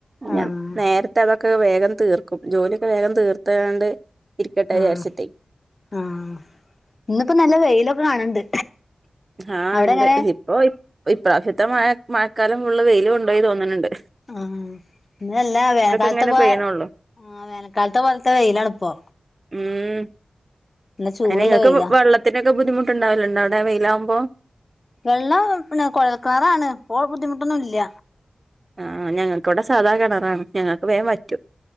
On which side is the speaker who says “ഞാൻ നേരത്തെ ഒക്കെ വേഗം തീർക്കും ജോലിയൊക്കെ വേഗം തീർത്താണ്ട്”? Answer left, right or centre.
Right